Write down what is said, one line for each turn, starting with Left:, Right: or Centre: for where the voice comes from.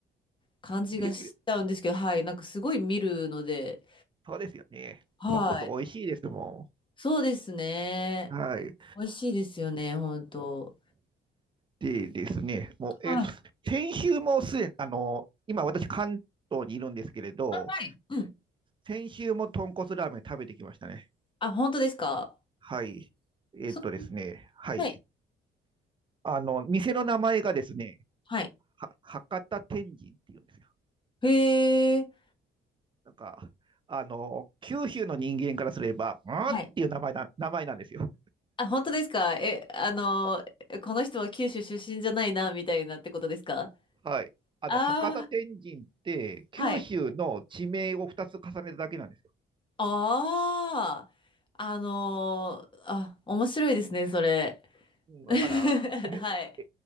Left: 感じがしちゃうんですけど、
Right: です
Left: はい、なんかすごい見るので、
Right: そうですよね。
Left: はい。
Right: 豚骨美味しいですも
Left: そうですね。
Right: ん。はい。
Left: 美味しいですよね、本当。
Right: でですね、もう、
Left: はい。
Right: えっと、先週もすでに、あの、今私関東にいるんですけれど、
Left: はいうん。
Right: 先週も豚骨ラーメン食べてきましたね。
Left: あ、本当ですか
Right: はい。えっとですね、
Left: そ
Right: はい。
Left: う、はい。
Right: あの、店の名前がですね、
Left: はい。
Right: は博多天神っていうんですよ。
Left: へえ。
Right: なんか、あの、九州の人間からすれば、うんっていう名前な、
Left: はい。
Right: 名前なんですよ。
Left: あ、本当ですかえ、あのーこの人は九州出身じゃないな、みたいなってことですか
Right: はい。あの、
Left: ああー、
Right: 博多天神って、九州の地名を2つ重ねただけなんですよ。
Left: はい。ああ、あのーあ、面白いですね、それ。
Right: うん、
Left: <laughs>
Right: だから、<laughs> でえ、
Left: はい。